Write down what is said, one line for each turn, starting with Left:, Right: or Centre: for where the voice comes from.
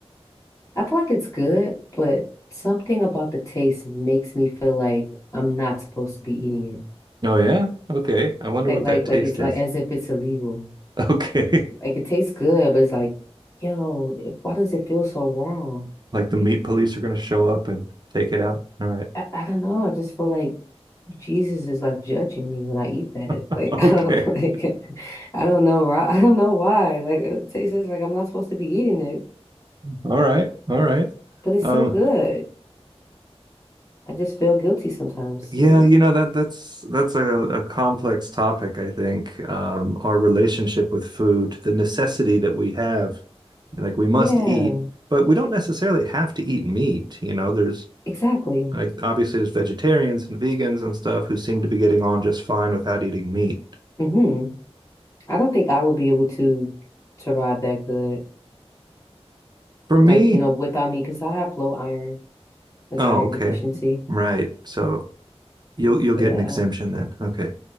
Left: I feel like it's good, but something about the taste makes me feel like I'm not supposed to be eating it.
Right: Oh yeah? Okay. I wonder
Left: Like,
Right: what
Left: like,
Right: that taste
Left: like it's
Right: is.
Left: like as if it's illegal.
Right: <laughs> Okay.
Left: Like it tastes good, but it's like, yo, it, why does it feel so wrong?
Right: Like the meat police are gonna show up and take it out. All right.
Left: I, I don't know. I just feel like Jesus is like judging me when I eat that.
Right: <laughs>
Left: Like <laughs> I
Right: Okay.
Left: don't like I don't know right. I don't know why. Like it tastes like I'm not supposed to be eating it,
Right: All right. All right.
Left: but it's
Right: Uh,
Left: so good. I just feel guilty sometimes.
Right: yeah,
Left: Mm,
Right: you know that that's that's a, a complex topic, I think. Um, our relationship with food, the necessity that we have, like we must
Left: Yeah,
Right: eat, but we don't necessarily have to eat meat. You know, there's
Left: exactly.
Right: like obviously there's vegetarians and vegans and stuff who seem to be getting on just fine without eating meat.
Left: hmm I don't think I would be able to to ride that good.
Right: For me,
Left: Like, you know, without me, because I have low iron, like
Right: Oh,
Left: iron
Right: okay.
Left: deficiency.
Right: Right. So you'll you'll
Left: Yeah.
Right: get an exemption then. Okay.